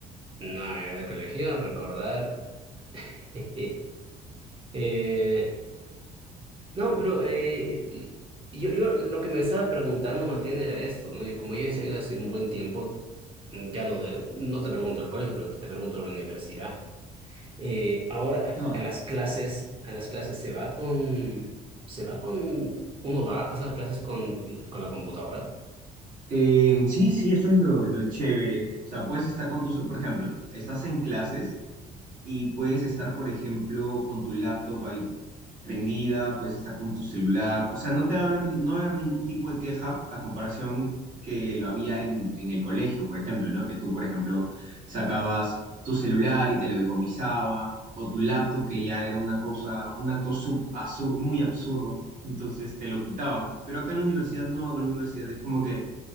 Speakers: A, on the right; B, on the right.
A: nada, de colegio, recordar. <laughs> Eh, No, pero eh, eh, yo, yo lo que me estaba preguntando más bien era esto, ¿no? Yo, como yo he salido hace un buen tiempo, mm, ya no, de- no te pregunto el colegio, pero te pregunto la universidad. Eh, ahora
B: Ah,
A: a, a las clases, a las clases se va con, se va con, uno va a pasar clases con, con la computadora.
B: Eh, sí, sí, eso es lo, lo chévere. O sea, puedes estar con tus, por ejemplo, estás en clases y puedes estar, por ejemplo, con tu laptop ahí prendida, puedes estar con tu celular, o sea, no te va a haber, ni- no va a haber ningún tipo de queja a comparación que lo había en, en el colegio, por ejemplo, ¿no? Que tú, por ejemplo, sacabas tu celular y te lo decomisaban, o tu laptop, que ya era una cosa, un acto sub- absur- muy absurdo, <laughs> entonces te lo quitaban. Pero acá en la universidad no, acá en la universidad es como que,